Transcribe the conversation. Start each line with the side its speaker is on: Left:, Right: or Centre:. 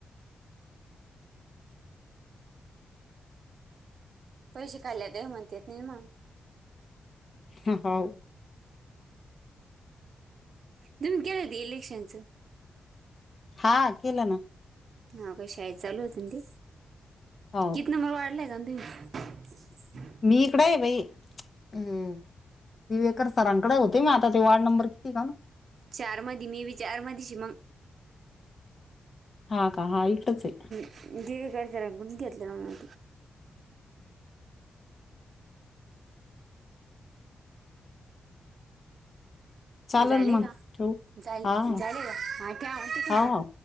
Right: पैसे खाल्ल्यात म्हणत्यात नी मग,
Left: <unintelligible>
Right: <unintelligible>
Left: हा केलं ना
Right: हा का शाळ चालू होत ते
Left: हो
Right: किती नंबर वाढलाय आ तुम् <inaudible>
Left: मीकडे पई हम दिवेकर सरांकडे होते मी आताचे वॉ्ड नंबर किती का ना
Right: चार मध मी बी चार मधच मग
Left: हा का हा इटच आहे
Right: जेवे का स कुठ घेतले ना
Left: चालन
Right: झाले
Left: मग
Right: काले
Left: ठेवू हा हा
Right: झाले का हा ठ्यावते तुमच्या
Left: हा हा